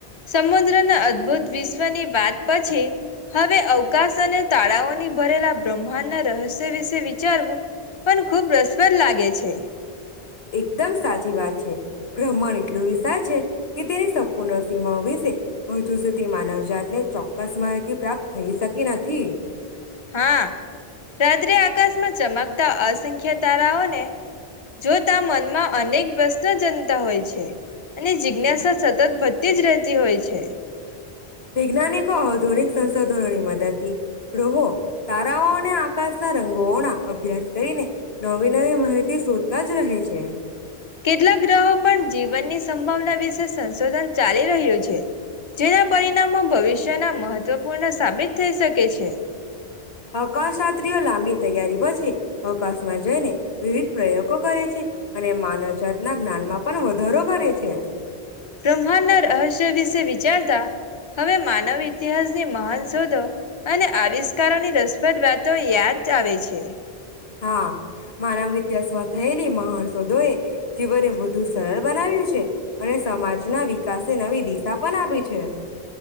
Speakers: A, on the left; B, on the left.
A: સમુદ્રને અદ બુદ્ધ વિશ્વની વાત પછી હવે અવકાશ અને તાળાઓની ભરેલા બ્રહ્માંડના રહસ્ય વિશે વિચારવું પણ ખૂબ રસપદ લાગે છે.
B: એકદમ સાચી વાત છે. બ્રહ્મણ એટલું વિસજ કે તેની સંપૂર્ણ સીમાઓ વિશે હજુ સુધી માનવજાતને ચોક્કસ માહિતી પ્રાપ્ત થઈ શકી નથી.
A: હા રાત્રે આકાશમાં ચમકતા અસંખ્ય તારાઓને જો ત મન અનેક પ્રશ્ન જનતા હોય છે અને જિજ્ઞાસા સતત વધતી જ રહેતી હોય છે.
B: વૈજ્ઞાનિકો આધુનિક સંસાધનોની વદથી ગ્રહો તારાઓ ને આકાશ સ રંગોણા અભ્યાસ કરીને નવી નવી માહિતી શોધતા જ રહે છે.
A: કેટલાક ગ્રહો પણ જીવનની સંભાવના વિશે સંશોધન ચાલી રહ્યું છે જેના પરિણામો ભવિષ્યના મહત્વપૂર્ણ સાબિત થઈ શકે છે.
B: હકાશત્ર્રીઓ લાંબી તૈયારી પછી અકાશમાં જઈને વિવિધ પ્રયોગ કરે છે અને માનવજાતના જ્ઞાનમાં પણ વધારો કરે છે <unintelligible>
A: બ્રહ્માંડના રહસ્ય વિશે વિચારતા હવે માનવ ઇતિહાસની મહાન શોધો અને આવિષ્કારોની રસપ્રદ વાતો યાદ આવે છે.
B: હા માનવ ઇતિહાસમાં થયેલી મહણ શોધો એ જીવન એ વધુ સ સરળ બનાવ્યું છે. અને સમાજના વિકાસને નવી દિસા પન આપી છે.